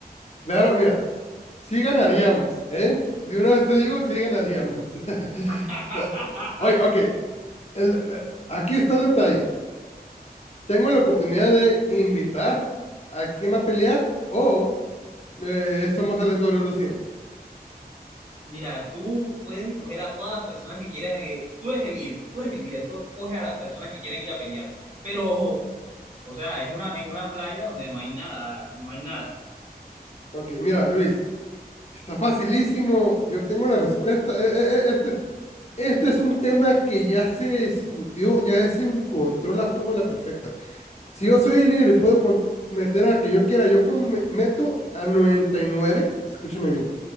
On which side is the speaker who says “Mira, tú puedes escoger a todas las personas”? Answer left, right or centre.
Right